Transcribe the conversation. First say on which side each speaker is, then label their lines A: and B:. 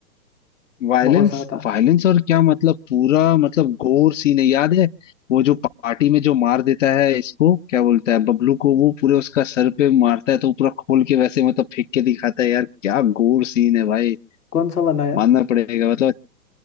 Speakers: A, on the left (about 55°); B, on the left (about 70°).
A: वायलेंस
B: बहुत ज्यादा
A: वायलेंस और क्या मतलब पूरा मतलब गोर सीन है याद है वो जो पार्टी में जो मार देता है इसको क्या बोलता है बबलू को वो पूरे उसका सर पे मारता है तो वो पूरा खोल के वैसे मतलब फेंक के दिखाता है यार क्या गोर सीन है भाई
B: कौन सा वाला यार
A: मानना पड़ेगा मतलब